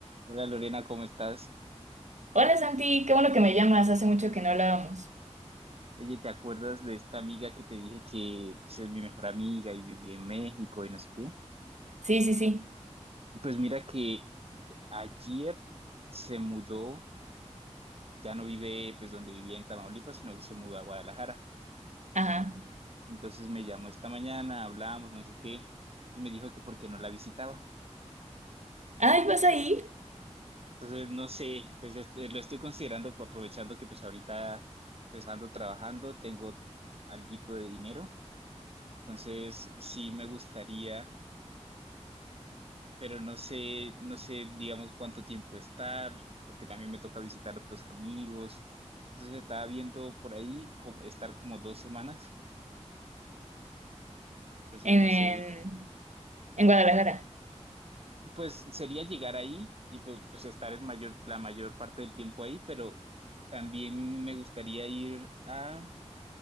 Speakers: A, on the right; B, on the right.
A: Hola Lorena, ¿cómo estás?
B: Hola Santi, qué bueno que me llamas, hace mucho que no hablábamos.
A: Oye, ¿te acuerdas de esta amiga que te dije que pues, es mi mejor amiga y vivía en México y no sé qué?
B: Sí, sí, sí,
A: Pues mira que ayer se mudó, ya no vive pues donde vivía en Tamaulipas, sino que se mudó a Guadalajara.
B: ajá.
A: Entonces me llamó esta mañana, hablamos, no sé qué, y me dijo que por qué no la visitaba.
B: Ay, ¿vas a ir?
A: Entonces no sé, pues es- eh, lo estoy considerando pues, aprovechando que pues ahorita pues ando trabajando, tengo alguito de dinero. Entonces sí me gustaría pero no sé, no sé, digamos, cuánto tiempo estar, porque también me toca visitar otros amigos. Entonces estaba viendo por ahí como estar como dos semanas. Entonces
B: En,
A: no
B: en,
A: sé,
B: en Guadalajara.
A: pues sería llegar ahí y pues, pues estar el mayor, la mayor parte del tiempo ahí, pero también me gustaría ir a,